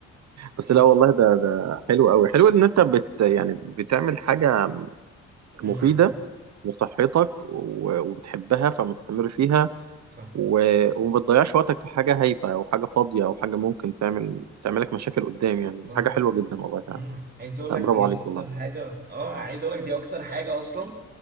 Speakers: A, on the right; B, on the right.
A: بس
B: أمم،
A: لا والله ده ده حلو قوي حلو ان انت بت يعني بتعمل حاجه
B: أمم،
A: مفيده
B: عن حب
A: لصحتك و- وبتحبها فمستمر فيها
B: صح
A: و- وما بتضيعش وقتك في حاجه هايفه او حاجه فاضيه او حاجه ممكن تعمل تعملك مشاكل قدام يعني
B: صح
A: حاجه حلوه جدا والله
B: أمم،
A: فعلا
B: عايز اقول
A: لا،
B: لك
A: برافو
B: دي
A: عليك
B: اكتر
A: والله
B: حاجه اه عايز اقول لك دي اكتر حاجه اصلا